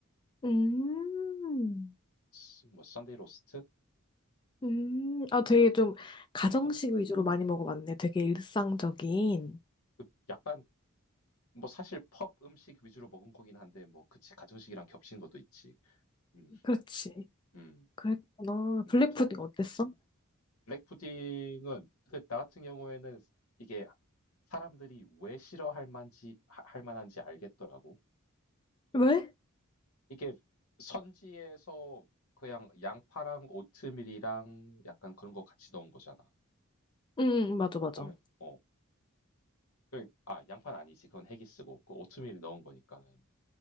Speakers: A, on the left; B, on the left.
A: 음,
B: 스- 뭐 썬데이 로스트?
A: 음. 아, 되게 좀
B: 어,
A: 가정식
B: 음.
A: 위주로 많이 먹어봤네. 되게 일상적인.
B: 그 약간 뭐 사실 펍 음식 위주로 먹은 거긴 한데 뭐 그치 가정식이랑 겹친 것도 있지. 음,
A: 그렇지.
B: 음,
A: 그랬구나.
B: 음.
A: 블랙푸딩
B: 셰프
A: 어땠어?
B: 블랙 푸딩은 그 나 같은 경우에는 이게 사람들이 왜 싫어할 만지 하- 할 만한지 알겠더라고.
A: 왜?
B: 이게 선지에서 그냥 양파랑 오트밀이랑 약간 그런 거 같이 넣은 거잖아.
A: 응, 응, 맞아, 맞아.
B: 보면 어. 그래, 아, 양파는 아니지. 그건 헤기스고. 그 오트밀 넣은 거니까는.